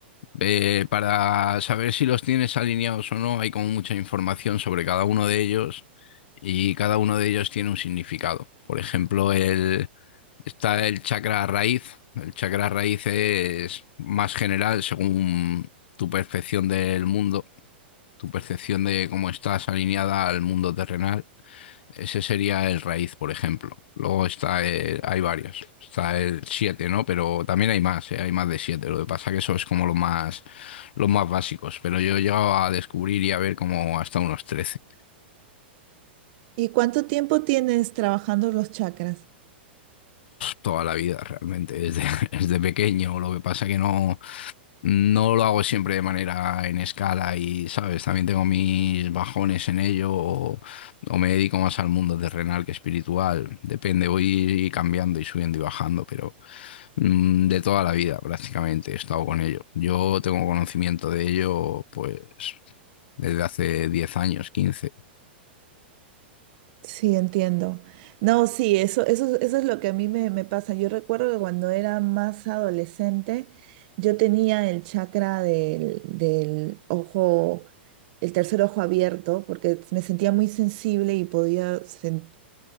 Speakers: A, on the left; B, on the right.
A: Eh, para saber si los tienes alineados o no, hay como mucha información sobre cada uno de ellos y cada uno de ellos tiene un significado. Por ejemplo, el, está el chakra raíz. El chakra raíz es más general según tu percepción del mundo, tu percepción de cómo estás alineada al mundo terrenal. Ese sería el raíz, por ejemplo. Luego está el- hay varios. Está el siete ¿no? Pero también hay más, ¿eh? Hay más de siete Lo que pasa que eso es como lo más, los más básicos. Pero yo he llegado a descubrir y a ver como hasta unos trece
B: ¿Y cuánto tiempo tienes trabajando los chakras?
A: Toda la vida, realmente, desde, <laughs> desde pequeño. Lo que pasa que no. No lo hago siempre de manera en escala y, ¿sabes? También tengo mis bajones en ello o, o me dedico más al mundo terrenal que espiritual. Depende, voy cambiando y subiendo y bajando, pero mm, de toda la vida prácticamente he estado con ello. Yo tengo conocimiento de ello pues desde hace 10 años, quince
B: Sí, entiendo. No, sí, eso, eso, eso es lo que a mí me, me pasa. Yo recuerdo que cuando era más adolescente, yo tenía el chakra del, del ojo, el tercer ojo abierto, porque me sentía muy sensible y podía sen-